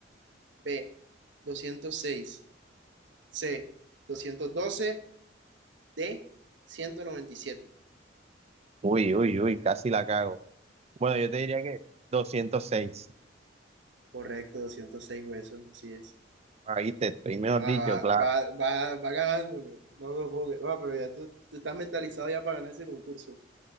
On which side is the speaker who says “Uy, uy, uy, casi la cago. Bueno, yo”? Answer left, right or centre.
Right